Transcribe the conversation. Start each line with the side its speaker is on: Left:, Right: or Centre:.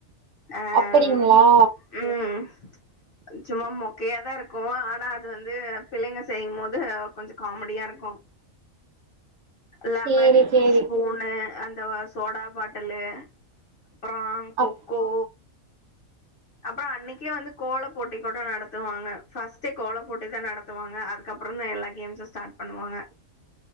Left: அம்
Right: அப்படிங்களா
Left: ம் சும்மா மொக்கயா தா இருக்கு ஆனா அது வந்து பிள்ளைங்க செய்யு போது கொஞ்சோ காமடியா இருக்கு
Right: <inaudible>
Left: லெமனின்
Right: சேரி சேரி
Left: ஸ்பூனு அந்த சோடா பாட்டலு அப்புறோ கொக்கோ
Right: அப்
Left: அப்புறோ அன்னைக்கே வந்து கோல போட்டி கூட நடத்துவாங்க ஃபர்ஸ்ட்டே கோல போட்டி தா நடத் த்துவாங்க அதுக்கப்புறந் தா எல்லா கேம்ஸு ஸ்டார்ட் பண்ணுவாங்க